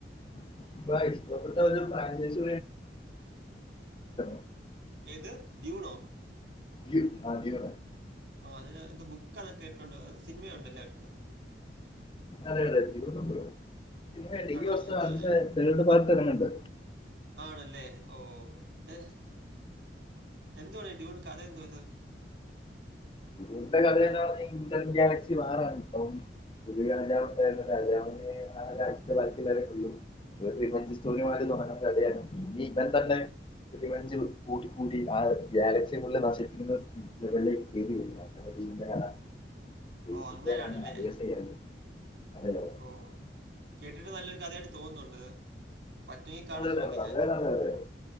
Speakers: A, on the left (about 30°); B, on the right (about 80°).
A: <unintelligible> ഇപ്പ ഇഷ്ടപ്പെട്ട ഒരു ഫ്രഞ്ചേസി <unintelligible>
B: ഏത് ഡ്യൂണോ
A: ഡ്യൂ ആ ഡ്യൂ
B: ആ അതിനാ ഇത് ബുക്കാന്നൊക്കെ കേട്ടോണ്ട് സിനിമയുണ്ടല്ലേ അവർക്ക്
A: അതെ അതെ ഡ്യുണോ സിനിമ
B: ആണോ? എന്തോ
A: <unintelligible>
B: എ
A: തേർഡ് പാർട്ട് എറങ്ങെണ്ട്
B: ആണല്ലേ ഓ ഏഹ് എന്തുവാടെ ഡ്യൂൺ കഥയെന്തുവാത്
A: ഡ്യൂൺണ്ടേ കഥ എന്നുപറഞ്ഞാ ഇന്റൻ ഗ്യാലക്സി വാർആന്ട് ടോം ഒരു രാജാവുണ്ടായിരുന്നു രാജാവിന് ആ രാജ്യത്തെ <unintelligible> <unintelligible> തുടങ്ങണ കഥയാണ് ഈബൻ തന്നെ റിവഞ്ച് കൂടി കൂടി ആ ഗാലക്സി ഫുള്ള് നശിപ്പിക്കുന്ന ലെവലിലേക്ക് കേറിവരുന്നത് <unintelligible> കഥ ബേസിക്കലി
B: ഓ അങ്ങനെയാണല്ലേ
A: അതാണ് അധിക ചെയ്യുന്നത് അതല്ലേ
B: ഓ കേട്ടിട്ട് നല്ലൊരു കഥയായിട്ട് തോന്നുന്നുണ്ട്ത് പറ്റുങ്കി കാണാൻ
A: അതെ
B: ശ്രമിക്കാം
A: അതെ വളരെ
B: ഞാനിത്
A: നല്ലത്